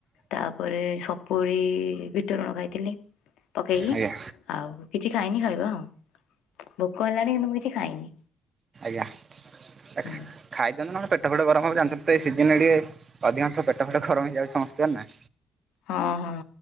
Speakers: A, on the left; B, on the right.
A: ତାପରେ ସପୁରି ବିଟରଣ ଖାଇଥିଲି। ପକେଇକି
B: ଆଜ୍ଞା
A: ଆଉ କିଛି ଖାଇନି ଖାଇବା ଆଉ ଭୋକ ହେଲାଣି ମୁଁ କିନ୍ତୁ କିଛି ଖାଇନି।
B: <unintelligible>
A: ହୁଁ
B: ଖାଇଦିନ୍ତୁ ନହେଲେ ପେଟ ଫେଟ ଗରମ ହବ ଜାଣିଛନ୍ତି ତ ଏ ସେ ସିଜନ ଟିକେ ଅଧିକାଂଶ ପେଟ ଗରମ ହେଇଯାଉଛି ସମସ୍ତେଙ୍କର ନା
A: ହଁ ହଁ।